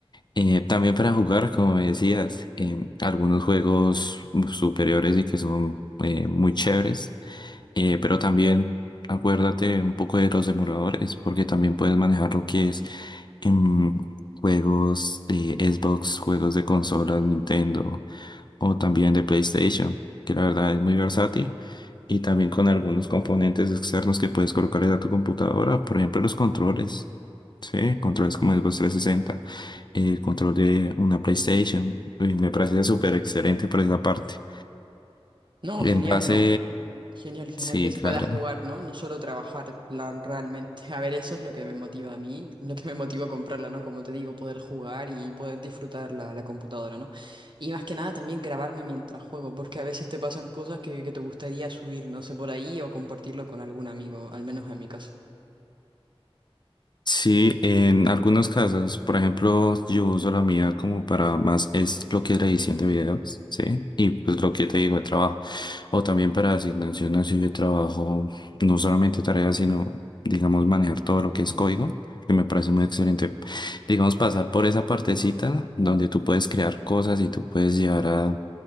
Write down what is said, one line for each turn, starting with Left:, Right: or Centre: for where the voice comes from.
Left: Eh, también para jugar, como me decías, em, algunos juegos superiores y que son eh, muy chéveres. Eh, pero también acuérdate un poco de los demoradores, porque también puedes manejar lo que es em, juegos de Xbox, juegos de consolas, Nintendo o también de PlayStation, que la verdad es muy versátil. Y también con algunos componentes externos que puedes colocarle a tu computadora, por ejemplo, los controles. Sí, controles como el Xbox 360, el control de una PlayStation. y me parece súper excelente por esa parte.
Right: No,
Left: En
Right: genial,
Left: base,
Right: ¿no? Genial, genial
Left: sí,
Right: que se
Left: claro.
Right: pueda jugar, ¿no? No solo trabajar, en plan, realmente. <laughs> A ver, eso es lo que me motiva a mí, lo que me motiva a comprarla, ¿no? Como te digo, poder jugar y poder disfrutar la, la computadora, ¿no? Y más que nada también grabarme mientras juego, porque a veces te pasan cosas que, que te gustaría subir, no sé, por ahí o compartirlo con algún amigo, al menos en mi caso.
Left: Sí, en algunos casos, por ejemplo, yo uso la mía como para más, es lo que es la edición de videos, ¿sí? Y pues lo que te digo de trabajo. O también para asignación así de trabajo, no solamente tareas, sino, digamos, manejar todo lo que es código, que me parece muy excelente. Digamos, pasar por esa partecita donde tú puedes crear cosas y tú puedes llevar a-